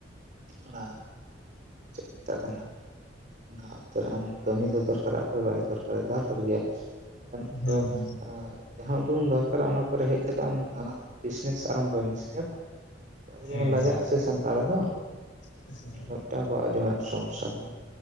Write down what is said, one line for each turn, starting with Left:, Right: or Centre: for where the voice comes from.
Right: ᱚᱱᱟ ᱪᱮᱫ ᱠᱚ ᱢᱮᱛᱟᱜ ᱠᱟᱱᱟ! ᱚᱱᱟ ᱚᱠᱛᱚ ᱨᱮ ᱟᱢ ᱠᱟᱹᱢᱤ ᱫᱚ ᱫᱚᱨᱠᱟᱨᱚᱜ ᱚᱠᱚᱭ ᱵᱟᱭ ᱫᱚᱨᱠᱟᱨᱟ ᱫᱚᱨᱠᱟᱨ ᱜᱮᱭᱟ ᱾ ᱟᱢ
Left: ᱦᱮᱸ
Right: ᱫᱚ
Left: ᱦᱮᱸ
Right: ᱡᱟᱦᱟᱸ ᱩᱰᱩᱝ ᱫᱚᱨᱠᱟᱨᱟ ᱚᱱᱟ ᱯᱚᱨᱮ ᱦᱮᱡ ᱠᱟᱛᱮ ᱟᱢ ᱱᱟᱱᱟᱦᱩᱱᱟᱹ ᱵᱤᱡᱽᱱᱮᱥ ᱟᱨᱟᱢᱵᱷᱚᱭ ᱢᱮᱥᱮ ᱦᱮᱸ ᱵᱟᱝ ᱾ ᱟᱵᱚ ᱫᱚᱵᱚᱱ
Left: ᱦᱮᱸ
Right: ᱞᱟᱡᱟᱜ ᱟᱥᱮ ᱥᱟᱱᱛᱟᱲ ᱫᱚ
Left: ᱦᱮᱸ
Right: ᱚᱱᱟ ᱫᱚ ᱢᱤᱫᱴᱟᱝ ᱟᱵᱚᱣᱟᱜ ᱟᱹᱰᱤ ᱢᱟᱨᱟᱝ ᱥᱚᱢᱚᱥᱟ ᱠᱟᱱᱟ ᱾